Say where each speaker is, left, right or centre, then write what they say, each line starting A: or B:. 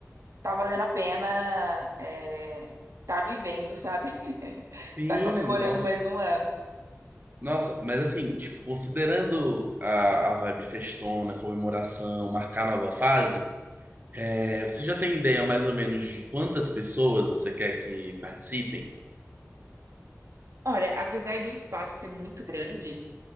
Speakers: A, on the right; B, on the right.
A: tá valendo a pena, é, tá vivendo, sabe? <laughs>
B: Sim,
A: Tá comemorando
B: nossa.
A: mais um ano.
B: Nossa, mas assim, tipo, considerando a, a vibe festona, comemoração, marcar nova fase, é, você já tem ideia mais ou menos de quantas pessoas você quer que participem?
A: Olha, apesar de o espaço ser muito grande,